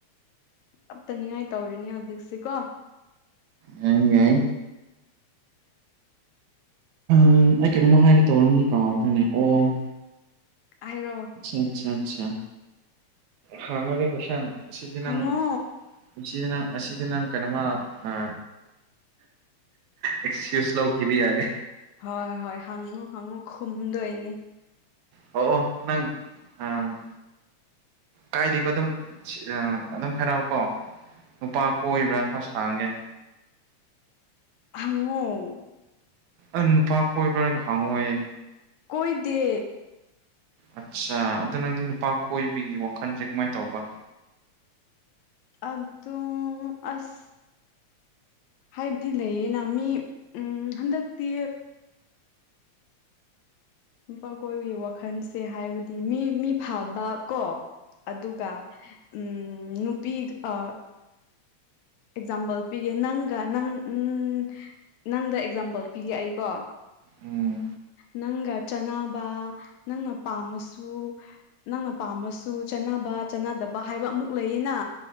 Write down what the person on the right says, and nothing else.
ꯅꯪ ꯌꯥꯏ ꯎꯝ ꯑꯩ ꯀꯩꯅꯣꯝꯃ ꯍꯥꯏꯒꯦ ꯇꯧꯔꯝꯅꯤ ꯀꯥꯎꯈ꯭ꯔꯅꯦ ꯑꯣ
ꯑ ꯑꯆꯥ ꯑꯆꯥ ꯍꯉꯒꯦ ꯀꯣꯁꯟ ꯑꯁꯤꯗꯤ
ꯅꯪ ꯄꯨꯟꯁꯤꯅ ꯑꯁꯤꯗ ꯅꯪ ꯀꯩꯅꯣꯃ ꯑ ꯑꯦꯛꯁꯀꯌꯨꯁ ꯂꯧꯈꯤꯕ ꯌꯥꯗꯦ
ꯑꯣ ꯑꯣ ꯅꯪ ꯎꯝ ꯀꯥꯏꯗꯦꯀꯦ ꯑꯗꯨꯝ ꯑꯗꯨꯝ ꯍꯥꯏꯔꯛꯑꯣꯀꯣ ꯅꯨꯄꯥ ꯀꯣꯏꯕ꯭ꯔꯥ ꯈꯔ ꯁꯥꯡꯌ‌ꯦ
ꯑ ꯅꯨꯄꯥ ꯀꯣꯏꯕꯔ ꯍꯥꯏꯔꯒ‌ ꯍꯪꯉ‌ꯣꯌꯦ
ꯑꯠꯆꯥ ꯑꯗꯨ ꯅꯪꯗꯤ ꯅꯨꯄꯥ ꯀꯣꯏꯕꯤꯒꯤ ꯋꯥꯈꯜꯁꯦ ꯀꯃꯥꯏꯅ ꯇꯧꯕ
ꯎꯝ